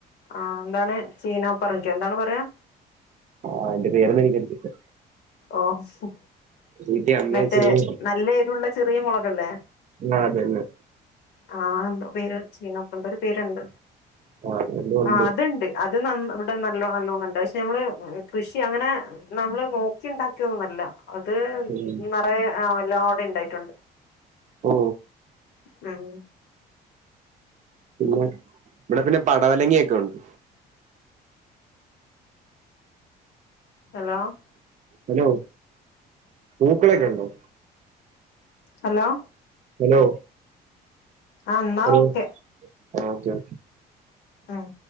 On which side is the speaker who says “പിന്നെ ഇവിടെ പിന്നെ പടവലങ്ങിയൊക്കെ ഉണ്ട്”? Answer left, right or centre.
Right